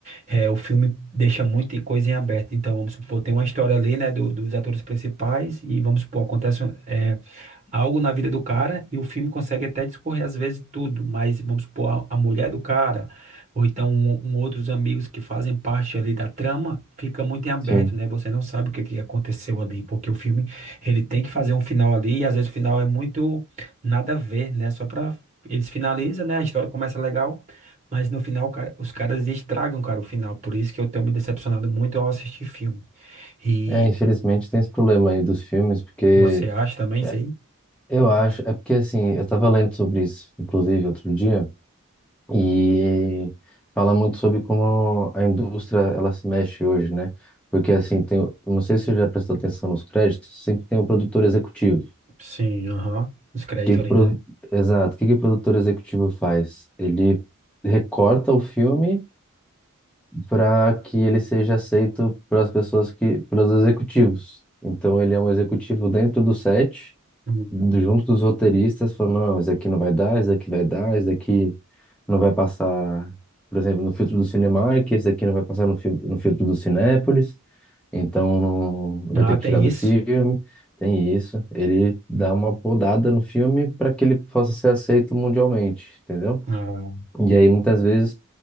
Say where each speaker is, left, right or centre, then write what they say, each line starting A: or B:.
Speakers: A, on the right (about 35°); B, in the centre.
A: é, o filme deixa muita coisa em aberto. Então, vamos supor, tem uma história ali, né, do- dos atores principais, e vamos supor, acontece. é, algo na vida do cara e o filme consegue até discorrer às vezes tudo, mas vamos supor, a, a mulher do cara, ou então um, um outros amigos que fazem parte ali da trama, fica muito em aberto,
B: sim.
A: né? Você não sabe o que, que aconteceu ali, porque o filme, ele tem que fazer um final ali e às vezes o final é muito nada a ver, né? Só pra... Eles finalizam, né? A história começa legal, mas no final, cara, os caras estragam, cara, o final. Por isso que eu tenho me decepcionado muito ao assistir filme. E
B: É, infelizmente tem esse problema aí dos filmes, porque
A: você acha também
B: é,
A: isso aí?
B: eu acho, é porque assim, eu tava lendo sobre isso, inclusive, outro dia. E fala muito sobre como a indústria ela se mexe hoje, né? Porque assim, tem, não sei se você já prestou atenção nos créditos, sempre tem o produtor executivo.
A: Sim, aham. Os créditos
B: Que que
A: ali,
B: pro-
A: né?
B: Exato, o que que o produtor executivo faz? Ele recorta o filme para que ele seja aceito pelas pessoas que, pelos executivos. Então ele é um executivo dentro do set,
A: Hum.
B: do- junto dos roteiristas, falando, não, esse aqui não vai dar, esse aqui vai dar, esse aqui Não vai passar, por exemplo, no filtro do Cinemark, esse aqui não vai passar no, fil- no filtro do Cinépolis, então não vai
A: Ah,
B: ter
A: tem
B: que tirar do
A: isso?
B: filme. Tem isso. Ele dá uma podada no filme para que ele possa ser aceito mundialmente, entendeu?
A: Ah,
B: E aí muitas vezes